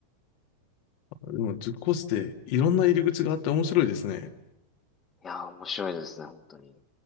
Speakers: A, on the left; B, on the left.
A: でも、塾講師っていろんな入り口があって面白いですね。
B: いやー、面白いですね、本当に。